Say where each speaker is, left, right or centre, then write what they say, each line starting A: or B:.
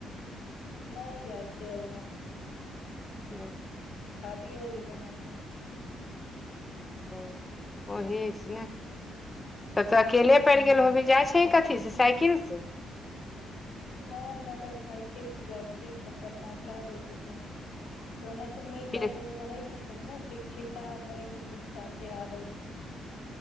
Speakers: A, on the left (about 80°); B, on the left (about 20°).
A: नहि जाइ छै ओ
B: हँ
A: शादी हो गेलै नऽ तऽ
B: ओ ओहिसँ
A: <inaudible>
B: तब तऽ अकेले पड़ि
A: हूँ
B: गेल होबहीन जाइ छीहीन कथी से साइकिल से
A: नहि मोटरसाइकिल से जाइ छियै फप्पा पहुँचा दै छथिन ओने से मिस
B: फिर
A: आर रहै छथिन ने शिक्षिका आर रहै छथिन साथे आबै मे